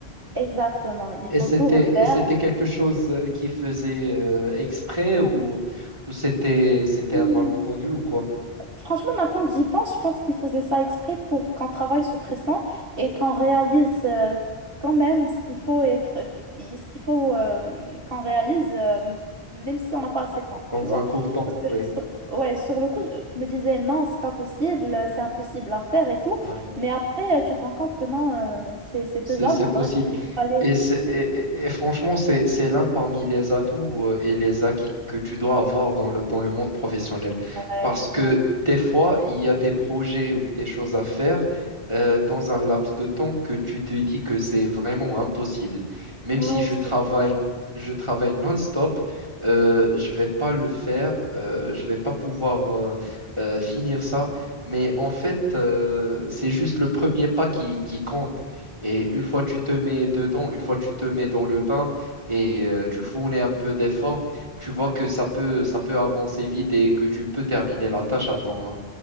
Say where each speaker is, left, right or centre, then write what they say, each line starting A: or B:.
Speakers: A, on the right; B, on the right.
A: Exactement, il
B: Et
A: faut
B: c'était,
A: tout refaire.
B: et c'était quelque chose euh, qui faisait euh, exprès ou, ou c'était, c'était
A: Hmm.
B: un malentendu ou quoi?
A: Franchement, maintenant que j'y pense, je pense qu'ils faisaient ça exprès pour qu'on travaille sous pression et qu'on réalise euh, quand même ce qu'il faut être, qu'il f- ce qu'il faut euh, qu'on réalise, euh, même si on n'a pas assez de temps,
B: Dans
A: tu vois.
B: un court temps,
A: Parce que
B: oui.
A: sur, ouais, sur le coup, je je me disais non, c'est pas possible, euh, c'est impossible à faire et tout.
B: Ouais.
A: Mais après, euh, tu te rends compte que non, euh, c'est c'est
B: C'est,
A: faisable.
B: c'est possible.
A: Bref, il fallait.
B: Et, c'est, et, et- et franchement, c'est, c'est l'un parmi les atouts euh, et les acquis que tu dois avoir dans le, dans le monde professionnel.
A: Ouais,
B: Parce que
A: ouais,
B: des fois,
A: je te jure.
B: il y a des projets ou des choses à faire euh, dans un laps de temps que tu te dis que c'est vraiment impossible. Même
A: Ouais,
B: si je
A: je
B: travaille,
A: te jure.
B: je travaille non-stop, euh, je vais pas le faire, euh, je vais pas pouvoir euh, euh, finir ça. Mais en fait, euh, c'est juste le premier pas qui, qui compte. Et une fois tu te mets dedans, une fois tu te mets dans le bain et euh, tu fournis un peu d'effort, tu vois que ça peut, ça peut avancer vite et que tu peux terminer la tâche à temps, hein.